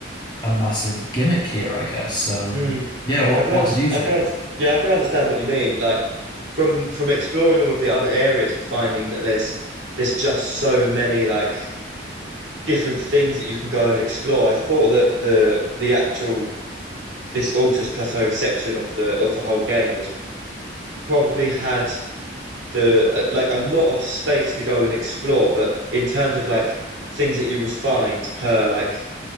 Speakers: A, on the left (about 25°); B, on the right (about 65°).
A: a massive gimmick here, I guess. Um,
B: mm.
A: yeah, what
B: I can
A: what
B: understand.
A: did you
B: I
A: think?
B: can under yeah, I can understand what you mean. Like from from exploring all of the other areas and finding that there's there's just so many like different things that you can go and explore. I thought that the the actual this Altus Plateau section of the of the whole game was probably had the uh, like a lot of space to go and explore, but in terms of like things that you would find per like